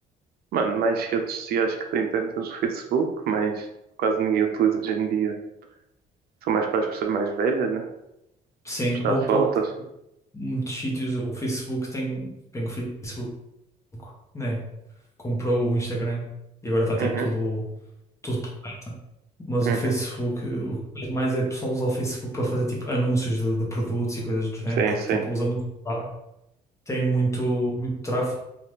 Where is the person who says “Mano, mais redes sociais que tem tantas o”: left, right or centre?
Right